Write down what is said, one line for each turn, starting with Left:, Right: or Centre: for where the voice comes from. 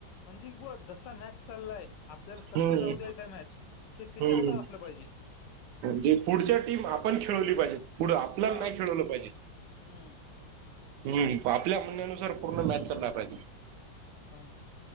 Left: म्हणजे बुवा जसा मॅच चाललाय- आपल्याला कसं
Right: हम्म
Left: जाऊ द्यायचाय मॅच. हे त्याच्या
Right: हम्म
Left: हातात असलं पाहिजे.
Right: जे पुढच्या टीम आपण खेळवली पाहिजेत. पुढ आपल्याला
Left: हा
Right: नाही खेळवलं पाहिजे.
Left: हम्म
Right: हम्म. आपल्या म्हणण्यानुसार पूर्ण मॅच चालला पाहिजे.
Left: हं.